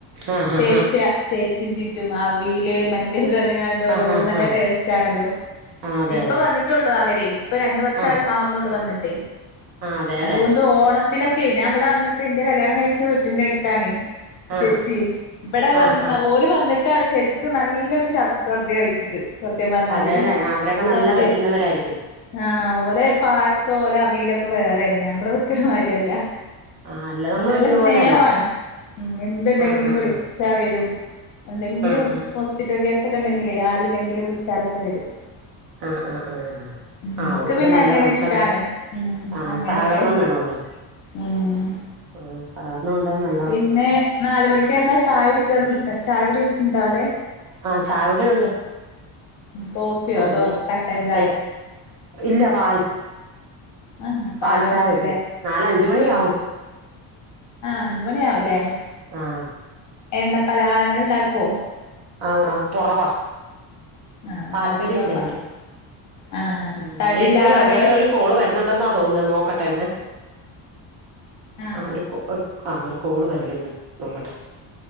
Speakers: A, on the right; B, on the left.
A: ആഹ്
B: ചേച്ചിയാ ചേച്ചിന്റെ ചെയ്യും അവില് മറ്റേ, ത് പറഞ്ഞങ്ങാണ്ട്.
A: ആഹ് ആഹ്
B: ഓരോ
A: ആഹ്
B: നല്ല ടേസ്റ്റ് ആണല്ലോ.
A: ആഹ് ആഹ് ആഹ് ആഹ് അതെ
B: ഇപ്പ
A: അതെ
B: വന്നിട്ടുള്ളൂ അവരേ, ഇപ്പ രണ്ടു വർഷം
A: ആഹ്
B: ആവണെള്ളൂ വന്നിട്ടേ.
A: ആഹ് അതെല്ലെ
B: അതുകൊണ്ട് ഓണത്തിനൊക്കെ ഞാൻ ഇവിടെ വന്നിട്ട് എൻ്റെ കല്യാണം കഴിച്ച വീട്ടിന്റെ അടുത്താണേ.
A: ആഹ്
B: ചേച്ചി. ഇവിടെ വന്ന്
A: ആഹ് ആഹ്
B: ഓ ഓല് വന്നിട്ടാണ് ശരിക്കും നല്ലൊരു സദ്യ കഴിച്ചിട്ട്. സത്യ പറഞ്ഞാല്
A: അതെല്ലെ ആഹ് അവരൊക്കെ നല്ല
B: സദ്യ
A: വെക്കുന്നവരായിരിക്കും
B: ആ, ഓലെ പായസം, ഓലെ അവിയലൊക്കെ, വേറെയാണ്. ഞമ്മൾ വെക്കണ മാതിരിയല്ല.
A: ആഹ് അല്ല നമ്മള്
B: നല്ല
A: വെക്കുന്ന
B: സ്നേഹോണ്.
A: പോലെ അല്ല
B: മ്മ്ഹ്. എന്ത്ണ്ടെങ്കിലും
A: ആഹ് ആഹ്
B: വിളിക്കും.
A: ആഹ്
B: വിളിച്ചവരും. എന്തെങ്കിലും
A: ആഹ് ആഹ്
B: ഹോസ്പിറ്റൽ കേസൊക്കെണ്ടെങ്കിലേ, ആരും ഇല്ലെങ്കിൽ വിളിച്ചാലൊക്കെ വരും.
A: ആ, ആ, ആ.
B: ഉം
A: ആവൊണ്ട്
B: ഇക്ക് പിന്നെ
A: നല്ല
B: അങ്ങനെ
A: നമുക്കങ്ങനെ.
B: ഇഷ്ടാണ് ഉം
A: ആ.
B: അങ്ങനൊക്കെ
A: സഹകരണം വേണല്ലോ.
B: ഉം
A: ആ. സഹകരണം ഉണ്ടാവുന്നത് നല്ലതാ.
B: പിന്നെ നാല് മണികെന്താ ചായടിക്കൽ, ചായകുടി ഉണ്ടോ അവിടെ?
A: ആ. ചായൊടിഉണ്ട്.
B: കോഫിയോ
A: നല്
B: അതോ
A: മണി.
B: കട്ടൻ ചായെ
A: ഏ. ഇല്ല പാൽ.
B: ആ. ഇപ്പൊ
A: പാൽ
B: ആലോചിച്ചിട്ലെ.
A: ചായ വെക്കും നാല് അഞ്ച് മണിയാവും
B: ആ. അഞ്ചുമണിയാവുലേ.
A: ആഹ്
B: എണ്ണ പലഹാരങ്ങൾണ്ടാകൊ?
A: ആആ. കൊറവാ
B: ആഹ് ഉണ്ടാക്കല്
A: താല്പര്യോല്ല.
B: കൊറവാ
A: എനിക്ക്.
B: ആഹ്
A: മ്മ്ഹ്.
B: തടില്ല
A: തെ ഇതില്
B: ആളാ ഇങ്ങള്
A: വേറെരു കോൾ വരുന്നുണ്ടെന്നാ തോന്നത്. നോക്കട്ടെ. നോക്കട്ടെ എന്ന്.
B: ആഹ്
A: ആ. ഒര് ആ ഒരു കോൾ വരുന്ന്ണ്ട് നോക്കട്ടെ.